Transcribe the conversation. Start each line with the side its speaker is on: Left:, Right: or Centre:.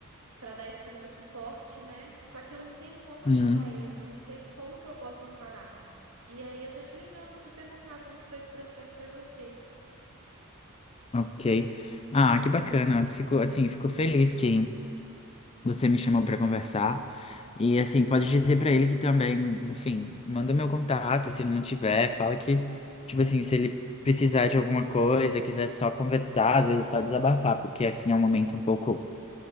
Right: para dar esse primeiro suporte, né? Só que eu não sei como
Left: hum,
Right: ajudar ele, eu não sei como que eu posso amparar. E aí eu tô te ligando para perguntar como que foi esse processo para você.
Left: ok. Ah, que bacana. Fico, assim, fico feliz que você me chamou para conversar. E, assim, pode dizer para ele que também, enfim, manda meu contato, se ele não tiver, fala que, tipo assim, se ele precisar de alguma coisa, quiser só conversar, às vezes é só desabafar, porque, assim, é um momento um pouco